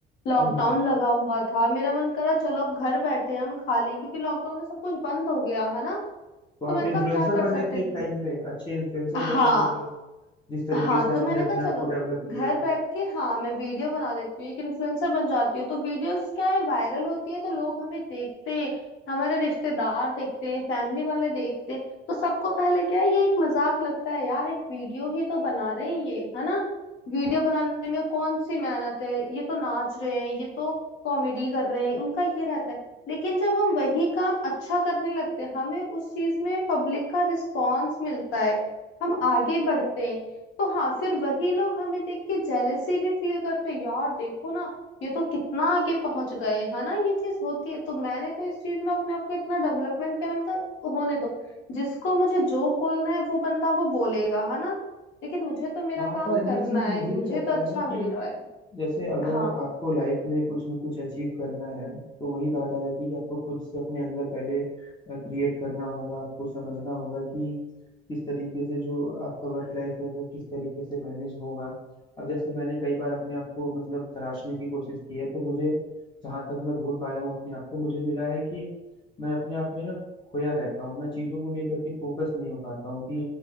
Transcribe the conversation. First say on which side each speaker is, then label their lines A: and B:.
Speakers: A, on the left; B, on the left.
A: लॉकडाउन
B: हम्म
A: लगा हुआ था मेरा मन करा चलो अब घर बैठे हम खाली क्योंकि लॉकडाउन में सब कुछ बंद हो गया है ना
B: तो आप
A: तो मैंने
B: इन्फ्लुएंसर
A: कहा अब क्या कर
B: बने
A: सकते
B: थे एक
A: हैं?
B: टाइम पे अच्छे इन्फ्लुएंसर
A: हाँ
B: बने होंगे जिस तरीके
A: हाँ
B: से
A: तो मैंने
B: आपने अपने
A: कहा चलो
B: आप को डेवलप
A: घर
B: किया
A: बैठ के हाँ मैं वीडियो बना लेती हूँ एक इन्फ्लुएंसर बन जाती हूँ तो वीडियोस क्या है वायरल होती है तो लोग हमें देखते हैं हमारे रिश्तेदार देखते हैं फैमिली वाले देखते हैं तो सबको पहले क्या है ये एक मजाक लगता है यार एक वीडियो ही तो बना रहे हैं ये है ना वीडियो बनाने में कौन सी मेहनत है ये तो नाच रहे हैं ये तो कॉमेडी कर रहे हैं उनका ये रहता है लेकिन जब हम वही काम अच्छा करने लगते हैं हमें उस चीज में पब्लिक का रिस्पॉन्स मिलता है हम आगे बढ़ते हैं तो हाँ फिर वही लोग हमें देख के जेलेसी भी फील करते यार देखो ना ये तो कितना आगे पहुंच गए है ना ये चीज होती है तो मैंने तो इस चीज में अपने आप को इतना डेवलपमेंट किया मैंने कहा होने दो जिसको मुझे जो बोलना है वो बंदा वो बोलेगा है ना लेकिन मुझे तो मेरा
B: हाँ
A: काम
B: पर
A: करना
B: ये चीज
A: है
B: मुझे
A: मुझे
B: भी लगता
A: तो अच्छा
B: है ना कि
A: मिल रहा है
B: जैसे अगर
A: हाँ
B: आपको लाइफ में कुछ ना कुछ अचीव करना है तो वही बात आ जाती है कि आपको खुद से अपने अंदर पहले क्रिएट करना होगा आपको समझना होगा कि किस तरीके से जो आपका वर्क लाइफ है वो किस तरीके से मैनेज होगा अब जैसे मैंने कई बार अपने आप को मतलब तराशने की कोशिश की है तो मुझे जहाँ तक मैं ढूंढ पाया हूँ अपने आप को मुझे मिला है कि मैं अपने आप में ना खोया रहता हूँ मैं चीज़ों को लेकर के फोकस नहीं हो पाता हूँ कि